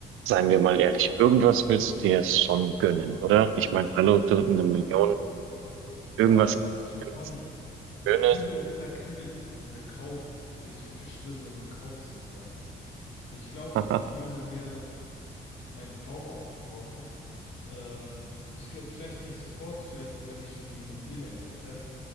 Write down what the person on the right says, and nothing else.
seien wir mal ehrlich, irgendwas willst du dir jetzt schon gönnen, oder? Ich meine, hallo, du eine Million,
irgendwas, irgendwas
Schönes.
<laughs>